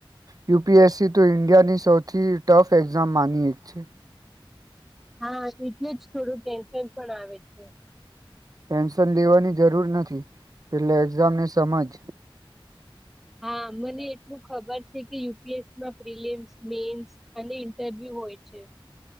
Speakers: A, on the right; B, in the centre.
A: યુપીએસસી તો ઇન્ડિયાની સૌથી ટફ એક્ઝામ માની એક છે.
B: હા એટલે જ થોડું ટેન્શન પણ આવે છે.
A: ટેન્શન લેવાની જરૂર નથી પેલા એક્ઝામને સમજ
B: હા મને એટલું ખબર છે કે યુપીએસસી માં પ્રિલિમ્સ, મેન્સ અને ઇન્ટરવ્યુ હોય છે.